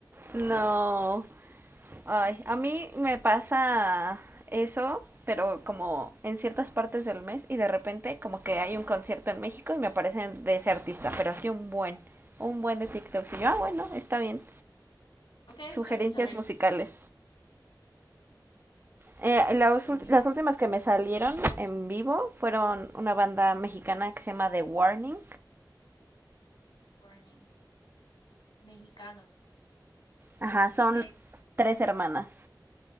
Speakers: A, on the right (about 25°); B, on the left (about 85°).
A: No, ay, a mí me pasa eso, pero como en ciertas partes del mes y de repente como que hay un concierto en México y me aparecen de ese artista, pero así un buen, un buen de TikTok. Y yo, ah, bueno, está bien.
B: Ok,
A: Sugerencias
B: lo escucharé.
A: musicales. Eh, las,
B: Del
A: ult-
B: mío,
A: las últimas que me salieron en vivo fueron una banda mexicana que se llama The Warning
B: Warning, mexicanos.
A: Ajá, son
B: ¿Y qué?
A: tres hermanas.